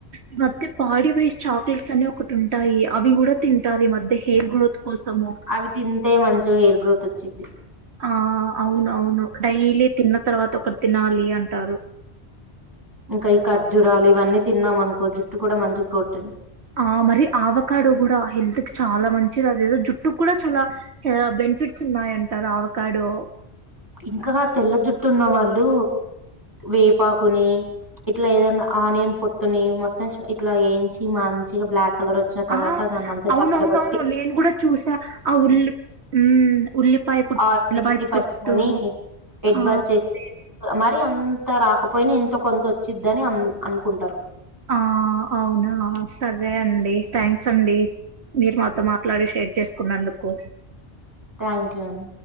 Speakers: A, on the right; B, on the right.
A: ఈ మధ్య పాడీ వైజ్ చాక్లెట్స్ అని ఒకటి ఉంటాయి. అవి కూడా తింటారు. ఈ మధ్య హెయిర్ గ్రోత్ కోసము.
B: అవి తింటే మంచిగా హెయిర్ గ్రోత్ వత్ చిద్ద
A: ఆ అవును అవును డైలీ తిన్న తర్వాత ఒకటి తినాలి అంటారు.
B: ఇంకా ఈ ఖర్జూరాలు ఇవన్నీ తిన్నాం అనుకో జుట్టు కూడా మంచి ప్రోటీన్
A: ఆ మరి ఆవకాడ కూడా హెల్త్ కి చాలా మంచిది. అదేదో జుట్టుకు కూడా చాలా బెనిఫిట్స్ ఉన్నాయంటగా ఆవకాడో.
B: ఇంకా తెల్ల జుట్టు ఉన్న వాళ్ళు, వేపాకుని ఇట్లా ఏదన్నా ఆనియన్ పొట్టుని, మొత్తం ఇట్లా వేయించి మంచిగా బ్లాక్, కలర్ వచ్చిన తర్వాత
A: ఆ
B: దాన్ని అంతా
A: అవునవునవును
B: చల్లడబట్టి
A: నేను కూడా చూసా ఆ ఉల్ ఉమ్ ఉల్లిపాయ పుట్టు
B: ఆట్లే
A: ఉల్లిపాయ
B: ఏసి పట్టుకొని
A: పుట్టు
B: హెడ్
A: ఆ
B: బాత్ చేస్తే మ మరి అంత రాకపోయినా ఎంత కొంత వచ్చిద్ధి అని అ అనుకుంటారు
A: ఆ అవునా సరే అండి థ్యాంక్స్ అండి మీరు మాతో మాట్లాడి షేర్ చేసుకున్నందుకు
B: థ్యాంక్ యూ అండి